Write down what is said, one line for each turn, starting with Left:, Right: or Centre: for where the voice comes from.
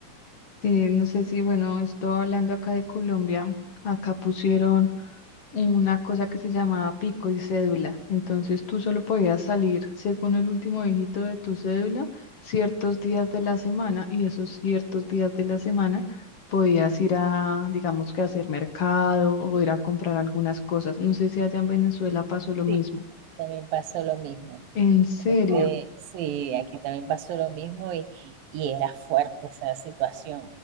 Left: sí, no sé si, bueno, estoy hablando acá de Colombia. Acá pusieron una cosa que se llamaba pico y cédula. Entonces tú solo podías salir según el último dígito de tu cédula ciertos días de la semana y esos ciertos días de la semana podías ir a, digamos que a hacer mercado o ir a comprar algunas cosas. No sé si allá en Venezuela pasó lo mismo.
Right: Sí, también pasó lo mismo.
Left: En serio.
Right: Este, sí, aquí también pasó lo mismo y, y era fuerte esa situación.